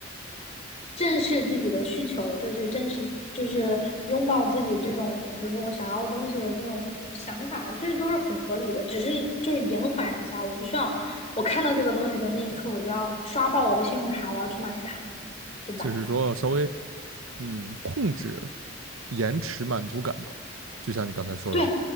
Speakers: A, on the left; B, on the right.
A: 正视自己的需求，就是正视，就是拥抱自己这种，比如说我想要东西的这种想法，这都是很合理的。只是就是延缓一下，我不需要我看到这个东西的那一刻，我就要刷爆我的信用卡，我要去买它，对吧？
B: 就是说稍微嗯控制、延迟满足感嘛，就像你刚才说的，
A: 对